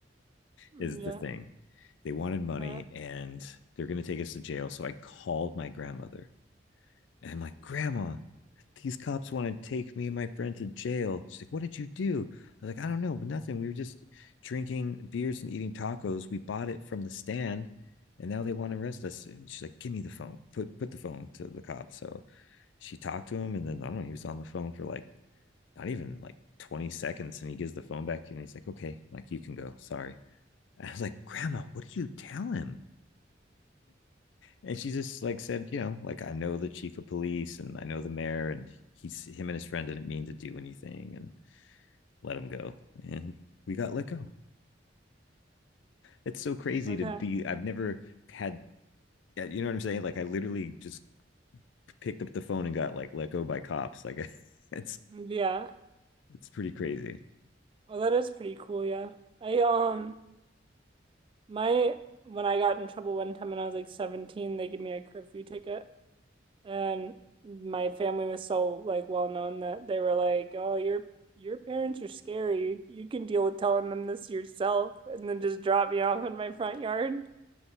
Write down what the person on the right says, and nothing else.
Mm,
Yeah.
Okay.
Okay.
Yeah.
Well, that is pretty cool, yeah. I um my when I got in trouble one time when I was like 17, they gave me a curfew ticket and my family was so like well known that they were like, "Oh, your your parents are scary. You you can deal with telling them this yourself." And then just drop me off in my front yard.